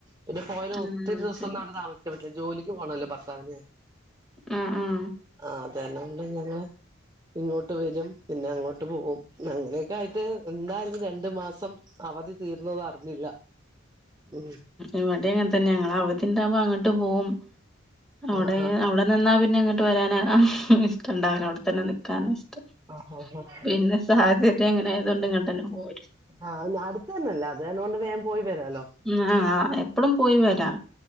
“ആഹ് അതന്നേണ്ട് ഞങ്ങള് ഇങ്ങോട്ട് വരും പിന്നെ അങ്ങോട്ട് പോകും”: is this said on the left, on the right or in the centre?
Right